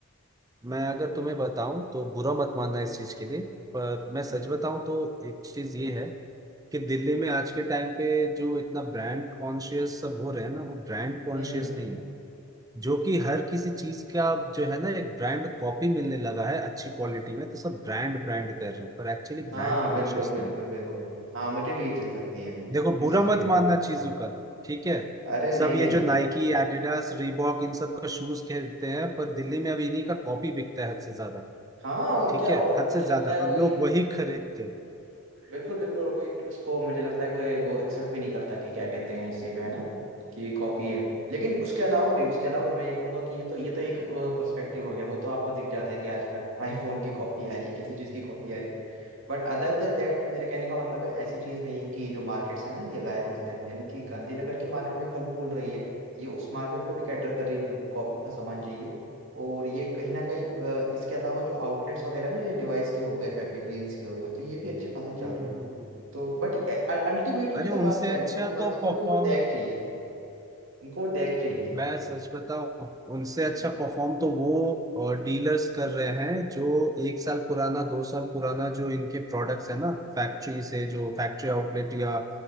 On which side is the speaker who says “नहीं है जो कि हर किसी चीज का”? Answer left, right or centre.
Right